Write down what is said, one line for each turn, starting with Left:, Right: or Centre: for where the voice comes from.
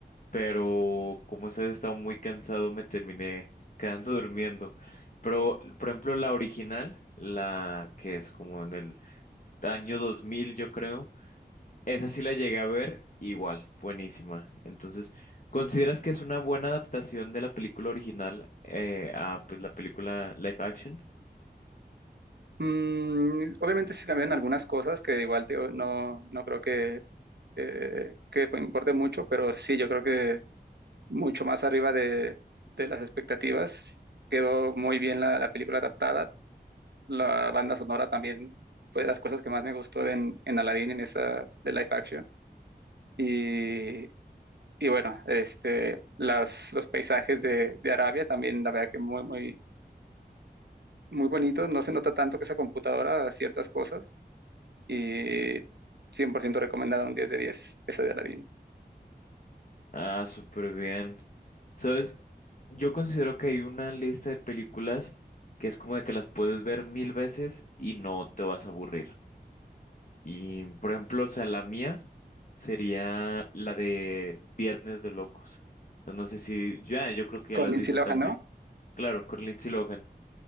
Left: pero como esa vez estaba muy cansado me terminé quedando <laughs> durmiendo. Pero, por ejemplo, la original, la que es como en el año 2000 yo creo, esa sí la llegué a ver igual, buenísima. Entonces, ¿consideras que es una buena adaptación de la película original eh, a pues, la película live action?
Right: Mm, obviamente se cambiaron algunas cosas que igual digo, no, no creo que, eh, que importe mucho, pero sí, yo creo que mucho más arriba de, de las expectativas. Quedó muy bien la, la película adaptada. La banda sonora también fue de las cosas que más me gustó de en, en Aladdin, en esa de live action. Y, y bueno, este, las, los paisajes de, de Arabia también, la verdad que muy, muy, muy bonitos. No se nota tanto que esa computadora ciertas cosas y 100% recomendada, un 10 de 10 esa de Aladdin.
Left: Ah, súper bien. ¿Sabes? Yo considero que hay una lista de películas que es como de que las puedes ver mil veces y no te vas a aburrir. Y, por ejemplo, o sea, la mía sería la de Viernes de Locos. No no sé si ya, yo creo que
Right: Con
Left: ya la has
Right: Lindsay
Left: visto
Right: Lohan,
Left: también.
Right: ¿no?
Left: Claro, con Lindsay Lohan.